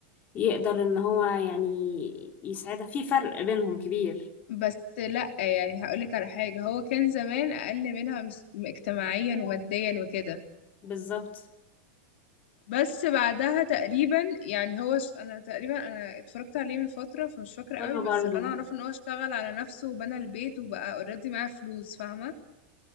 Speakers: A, on the left (about 25°); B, on the left (about 65°).
A: يقدر ان هو يعني يساعدها في فرق بينهم كبير
B: بس لا يعني هقولك على حاجه هو كان زمان اقل منها مس- اجتماعيا وماديا وكده
A: بالظبط
B: بس بعدها تقريبا يعني هو ش... انا تقريبا انا اتفرجت عليه من فترة فمش فاكرة
A: وانا
B: قوي بس
A: برضو
B: اللي انا اعرفه ان هو اشتغل على نفسه وبنى البيت وبقى اوريدي معاه فلوس فاهمة